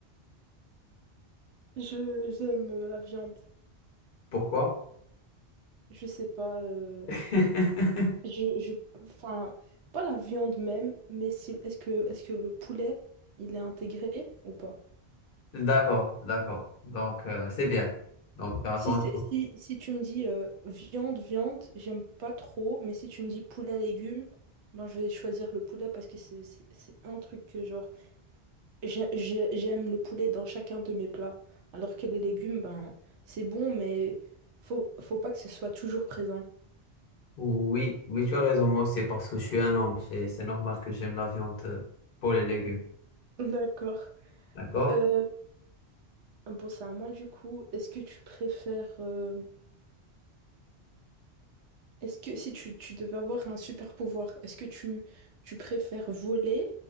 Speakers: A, on the right; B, on the left.
A: Je j'aime euh, la viande.
B: Pourquoi?
A: Je sais pas. euh,
B: <laughs>
A: je, je, enfin, pas la viande même, mais si- est-ce que est-ce que le poulet il est intégré ou pas?
B: D'accord, d'accord. Donc, euh, c'est bien. Donc, attends.
A: Si c'est si, si tu me dis euh, viande viande, j'aime pas trop. Mais si tu me dis poulet légumes, ben je vais choisir le poulet parce que c'est c'est c'est un truc que genre J'ai- j'ai- J'aime le poulet dans chacun de mes plats, alors que les légumes, ben, c'est bon, mais faut, faut pas que ce soit toujours présent.
B: Oui, oui, tu as raison, moi aussi, parce que je suis un homme, c'est c'est normal que j'aime la viande euh, pour les légumes,
A: <laughs> D'accord.
B: d'accord?
A: Euh, bon, c'est à moi du coup. Est-ce que tu préfères, euh, est-ce que si tu, tu devais avoir un super pouvoir, est-ce que tu, tu préfères voler